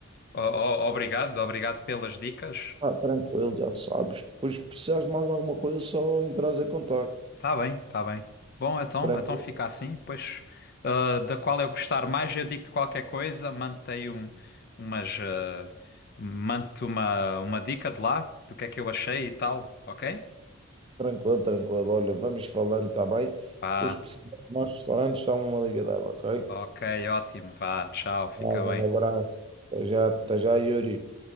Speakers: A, on the left; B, on the right.
A: o- o- obrigado, obrigado pelas dicas.
B: pá, tranquilo, já sabes. Depois, se precisares de mais alguma coisa, só entras em contacto.
A: Tá bem, tá bem. Bom, então,
B: Tranquilo,
A: então fica assim. Depois, ah, da qual eu gostar mais, eu digo-te qualquer coisa, mando um, umas, ah, mando-te uma, uma dica de lá, do que é que eu achei e tal, ok?
B: tranquilo, tranquilo. Olha, vamos falando, está bem?
A: Vá,
B: Depois, se precisares de mais restaurantes, dá-me uma liga dela, ok?
A: ok, ótimo, vá, tchau, fica
B: Um
A: bem.
B: grande abraço. Até já, até já, Yuri.